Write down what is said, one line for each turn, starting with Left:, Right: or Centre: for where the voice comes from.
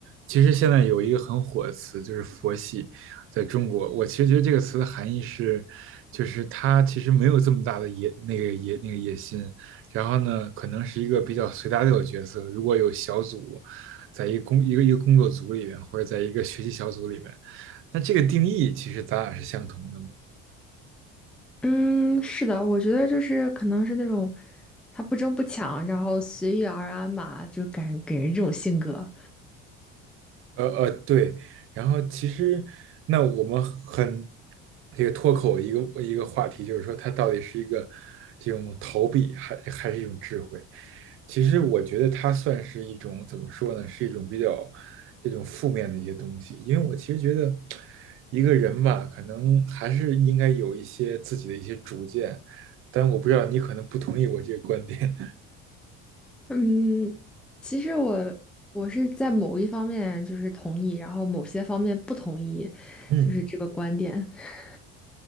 Right: 其实现在有一个很火的词，就是佛系，在中国，我其实觉得这个词的含义是，就是他其实没有这么大的野那个野那个野心，然后呢，可能是一个比较随大流的角色。如果有小组，在一个工一个一个工作组里面，或者在一个学习小组里面，那这个定义其实咱俩是相同的嘛。
Centre: 嗯，是的，我觉得就是可能是那种他不争不抢，然后随遇而安嘛，就感给人这种性格。
Right: 呃呃，对，然后其实那我们很这个脱口一个一个话题，就是说它到底是一个这种逃避，还还是一种智慧？其实我觉得它算是一种怎么说呢？是一种比较这种负面的一些东西，因为我其实觉得一个人吧，可能还是应该有一些自己的一些主见，但我不知道你可能不同意我这个观点，
Centre: 嗯，其实我我是在某一方面就是同意，然后某些方面不同意，
Right: <laughs> 嗯。
Centre: 就是这个观点。<laughs>